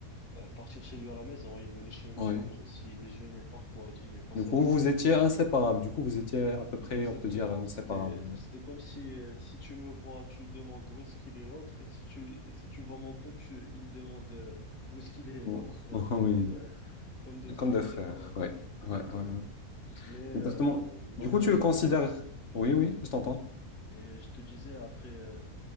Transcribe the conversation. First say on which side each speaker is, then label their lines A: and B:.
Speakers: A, on the left; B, on the left.
A: euh, partir chez lui à la maison, il venait chez,
B: Oui.
A: chez nous aussi, déjeuner parfois, dîner, passer
B: Du coup,
A: la journée
B: vous
A: avec
B: étiez
A: nous.
B: inséparables. Du coup, vous étiez à peu près,
A: Exactement,
B: on peut dire, inséparables.
A: c'était
B: ouais.
A: c'était comme si euh, si tu me vois, tu demandes où est-ce qu'il est l'autre et si tu et si tu vois mon pote, tu, il demande euh, où est-ce qu'il est
B: Oh,
A: l'autre. <laughs>
B: oh,
A: C'est
B: oui,
A: comme euh, comme deux trucs
B: comme des
A: inséparables.
B: frères. Ouais. Ouais,
A: Exactement.
B: ouais, ouais.
A: Mais euh,
B: Exactement.
A: malheureusement,
B: Du coup, tu le considères. Oui, oui, je t'entends.
A: Et je te disais, après, euh,